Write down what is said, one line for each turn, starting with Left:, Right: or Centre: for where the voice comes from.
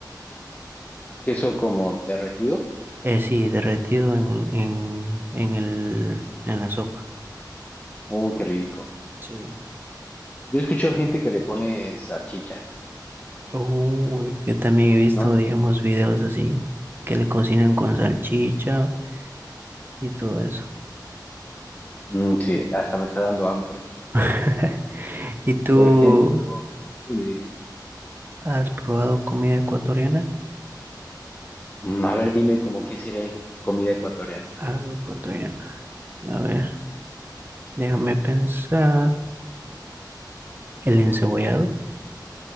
Left: Queso como derretido.
Right: Eh, sí, derretido en, en, en el, en la sopa.
Left: Oh, qué rico.
Right: Sí.
Left: Yo escucho gente que le pone salchicha,
Right: Uy, yo también he visto,
Left: ¿no?
Right: digamos, videos así que le cocinan con salchicha y todo eso.
Left: Mm, sí, hasta me está dando hambre.
Right: <laughs> ¿Y tú
Left: Por ejemplo, dime, dime.
Right: has probado comida ecuatoriana?
Left: Mm, a ver, dime como qué sería algo- comida ecuatoriana.
Right: Algo ecuatoriano. A ver, déjame pensar. ¿El encebollado?